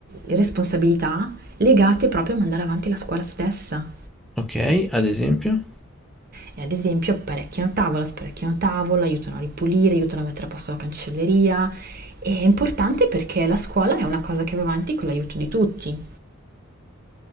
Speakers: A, on the right; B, in the centre.
A: responsabilità legate proprio a mandare avanti la scuola stessa.
B: Ok? Ad esempio?
A: E ad esempio apparecchiano tavola, sparecchiano tavola, aiutano a ripulire, aiutano a mettere a posto la cancelleria. E è importante perché la scuola è una cosa che va avanti con l'aiuto di tutti.